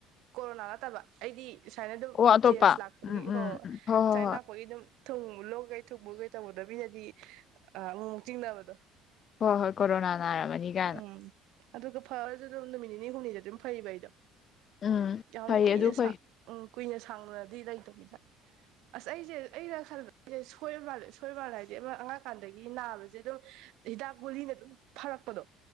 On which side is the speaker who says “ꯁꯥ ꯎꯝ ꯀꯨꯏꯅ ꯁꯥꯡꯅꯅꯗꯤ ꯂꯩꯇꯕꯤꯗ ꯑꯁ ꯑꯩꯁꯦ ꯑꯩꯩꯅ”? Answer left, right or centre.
Right